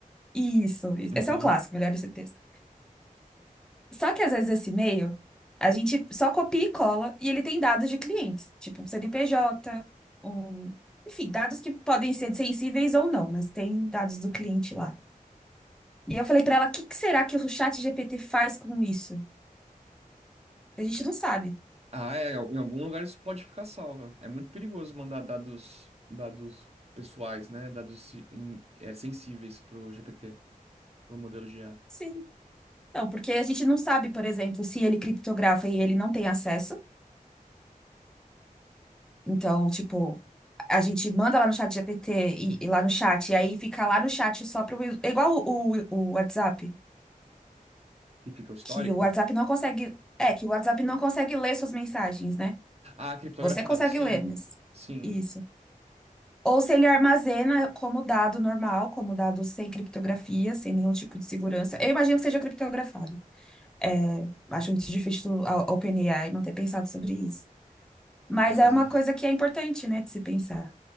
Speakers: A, in the centre; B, on the right.
A: Isso, isso.
B: Uhum.
A: esse é o clássico, melhor esse texto. Só que às vezes esse e-mail, a gente só copia e cola e ele tem dados de clientes, tipo um CNPJ, um... enfim, dados que podem ser sensíveis ou não, mas tem dados do cliente lá. E eu falei para ela, o que que será que o chat GPT faz com isso? A gente não sabe.
B: Ah, é, em algum lugar isso pode ficar salvo. É muito perigoso mandar dados, dados pessoais, né? Dados em- é, sensíveis para o GPT, para o modelo de IA.
A: Sim. Não, porque a gente não sabe, por exemplo, se ele criptografa e ele não tem acesso. Então, tipo, a gente manda lá no chat GPT e, e lá no chat, e aí fica lá no chat só pro. É igual o, o, o WhatsApp,
B: Que fica o histórico?
A: que o WhatsApp não consegue. É, que o WhatsApp não consegue ler suas mensagens, né?
B: Ah, criptografado,
A: Você consegue
B: sim.
A: ler, mas.
B: Sim.
A: Isso. Ou se ele armazena como dado normal, como dado sem criptografia, sem nenhum tipo de segurança. Eu imagino que seja criptografado. É, acho muito difícil a a OpenAI não ter pensado sobre isso. Mas
B: Ah,
A: é uma coisa que é importante, né, de se pensar.